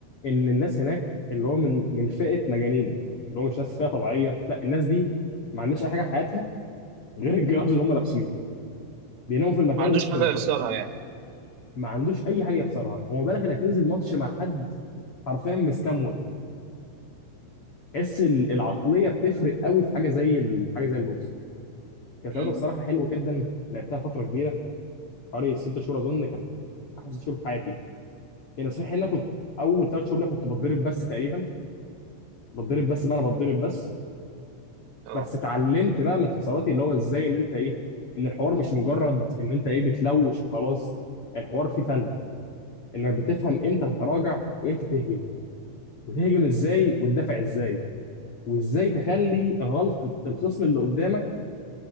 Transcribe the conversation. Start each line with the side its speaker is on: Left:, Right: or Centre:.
Left: ان الناس هناك اللي هو من من فئه مجانين اللي هو مش ناس فئه طبيعيه لا الناس دي ما عندهاش اي حاجه في حياتها غير الجرافز اللي هم لابسينه بيناموا في المكان
Right: ما عندوش
Left: ويصحوا
Right: حاجه
Left: في المكان
Right: يخسرها يعني
Left: ما عندوش اي حاجه يخسرها وما بالك انك تنزل ماتش مع حد حرفيا مستموت تحس ال- العقليه بتفرق قوي في حاجه زي ال- حاجه زي البوكس كانت
Right: امم
Left: رياضه بصراحه حلوه جدا لعبتها فتره كبيره حوالي ست شهور اظن كانت احسن ست شهور في حياتي يعني صحيح ان انا كنت اول ثلاث شهور ليا كنت بتضرب بس تقريبا بتضرب بس ما انا بتضرب بس
Right: اه
Left: بس اتعلمت بقى من خساراتي اللي هو ازاي ان انت ايه ان الحوار مش مجرد ان انت ايه بتلوش وخلاص الحوار فيه فن انك بتفهم امتى تتراجع وامتى تهجم وتهجم ازاي وتدافع ازاي وازاي تخلي غلطة الخصم اللي قدامك